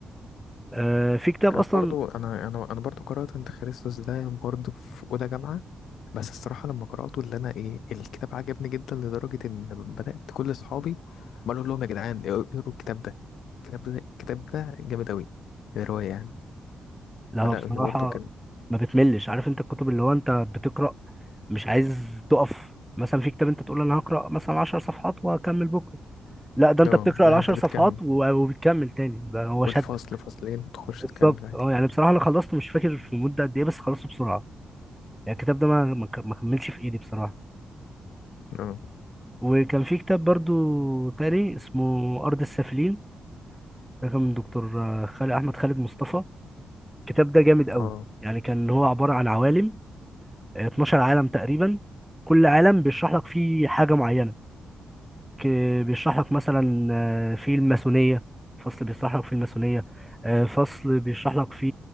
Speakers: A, in the centre; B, on the left.
A: آه في كتاب
B: انا
A: اصلا
B: برضو انا انا انا برضو قرات انت خريستوس ده برضو في اولى جامعه بس الصراحه لما قراته اللي انا ايه الكتاب عجبني جدا لدرجه ان بدات كل اصحابي بقول لهم يا جدعان اقروا الكتاب ده الكتاب ده الكتاب ده جامد اوي الروايه يعني
A: لا
B: فلا
A: هو بصراحه
B: هي برضو كان
A: ما بتملش عارف انت الكتب اللي هو انت بتقرا مش عايز تقف مثلا في كتاب انت تقول انا هقرا مثلا 10 صفحات وهكمل بكره لا ده انت
B: اه
A: بتقرا
B: لا
A: ال 10
B: انت بتكمل
A: صفحات و- وبتكمل تاني بقى هو
B: والفصل
A: شدك
B: فصلين تخش
A: بالظبط
B: تكمل عادي
A: اه يعني بصراحه انا خلصته مش فاكر في مده قد ايه بس خلصته بسرعه يعني الكتاب ده ما ما ما كملش في ايدي بصراحه
B: اه
A: وكان في كتاب برضو تاني اسمه ارض السافلين ده كان من دكتور آه، خالد احمد خالد مصطفى الكتاب ده جامد قوي
B: اه
A: يعني كان هو عباره عن عوالم آه، 12 عالم تقريبا كل عالم بيشرح لك فيه حاجه معينه آه، بيشرح لك مثلا آه، في الماسونية فصل بيشرح لك في الماسونية آه، فصل بيشرح لك في